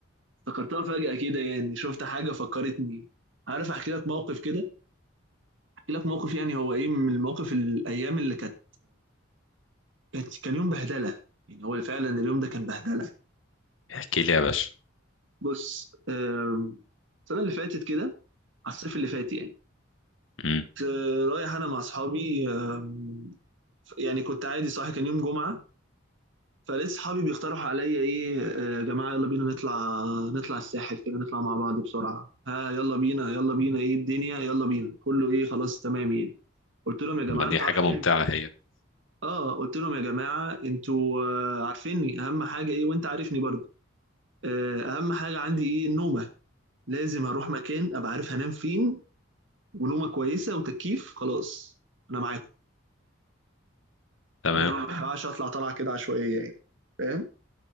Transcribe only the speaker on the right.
افتكرتها فجأة كده يعني شفت حاجة فكرتني عارف أحكي لك موقف كده أحكي لك موقف يعني هو إيه من المواقف الأيام اللي كانت كانت- كان يوم بهدلة يعني هو فعلا اليوم ده كان بهدلة
بص آم، السنة اللي فاتت كده على الصيف اللي فات يعني
آه، رايح انا مع اصحابي آم، يعني كنت عادي صاحي كان يوم جمعه فلقيت صحابي بيقترحوا عليا ايه آه، يا جماعه يلا بينا نطلع نطلع الساحل كده نطلع مع بعض بسرعه ها يلا بينا يلا بينا ايه الدنيا يلا بينا كله ايه خلاص تمام يعني قلت لهم يا جماعه
انتوا
عارفيني
اه قلت لهم يا جماعه انتوا آه، عارفيني اهم حاجه ايه وانت عارفني برضه آه، اهم حاجه عندي ايه النومه لازم اروح مكان ابقى عارف هنام فين ونومه كويسه وتكييف خلاص انا معاكم
إنما ما ينفعش اطلع طلعه كده عشوائيه يعني فاهم